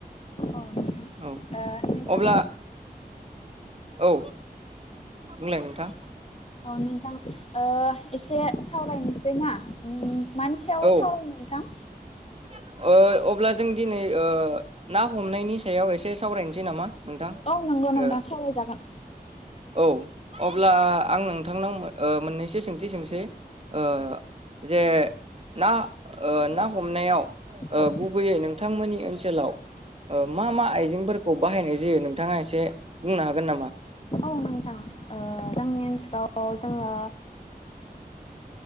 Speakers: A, on the left; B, on the right.
A: औ नोंथां
B: औ
A: ओ नोंथां
B: अब्ला औ बुंलाय नोंथां।
A: औ नोंथां ओ एसे सावरायनोसै ना उम मानि सायाव
B: औ
A: सावरायनो नोंथां?
B: ओ अब्ला जों दिनै ओ ना हमनायनि सायाव एसे सावरायनोसै नामा? नोंथां
A: औ नंगौ नोंथां
B: ओ
A: सावरायजागोन
B: औ। अब्ला आं नोंथांनाव ओ मोननैसो सोंथि सोंसै। ओ जे ना ओ ना हमनायाव ओ
A: औ
B: गुबैयै नोंथांमोननि ओनसोलाव ओ मा मा आइजेंफोरखौ बाहायनाय जायो नोंथाङा एसे बुंनो हागोन नामा?
A: औ नोंथां जोंनि ओनसोलाव जोंङो